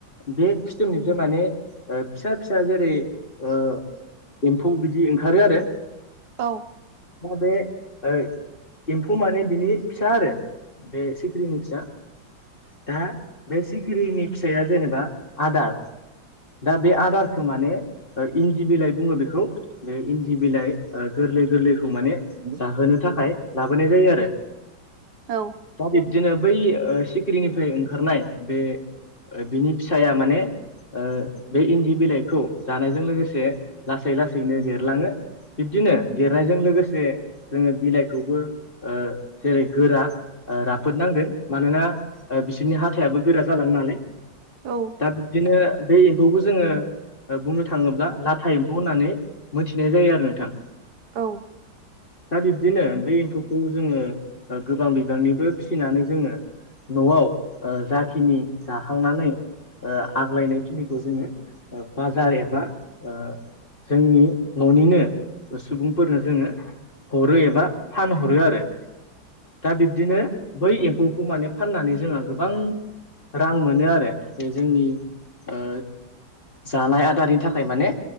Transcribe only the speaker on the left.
बे फिथोमनिफ्राय माने ओ फिसा फिसा जेरै ओ एम्फौ बिदि ओंखारो आरो।
दा बे ओ एम्फौ माने बिनि फिसा आरो बे सिख्रिनि फिसा दा बे सिखिरिनि फिसाया जेनेबा आदार दा बे आदारखौ माने इन्दि बिलाइ बुङो बेखौ बे इन्दि बिलाइ गोरलै गोरलैखौ माने
जाहोनो थाखाय लाबोनाय जायो आरो।
दा बिब्दिनो बै ओ सिखिरिनिफ्राय ओंखारनाय बे बिनि फिसाया माने ओ बे इन्दि बिलाइखौ जानायजों लोगोसे लासै लासैनो देरलाङो। बिब्दिनो देरनायजों लोगोसे जोङो बिलाइखौबो ओ जेरै गोरा ओ राफोद नांगोन मानोना बिसोरनि हाथायाबो गोरा जालाङो नालाय
दा बिदिनो बे एम्फौखौ जोङो बुंनो थाङोब्ला लाथा एम्फौ होननानै मोनथिनाय जायो आरो नोंथां।
दा बिब्दिनो बे एम्फौखौ जोङो गोबां बिबांनिबो फिसिनानै जोङो न'वाव ओ जाखिनि जाखांनानै ओ आग्लायनाय खिनिखौ जोङो ओ बाजार एबा ओ जोंनि न'निनो सुबुंफोरनो जोङो हरो एबा फानहरो आरो। दा बिब्दिनो बै एम्फौखौ माने फाननानै जोंहा गोबां रां मोनो आरो बे जोंनि ओ जानाय आदारनि थाखाय माने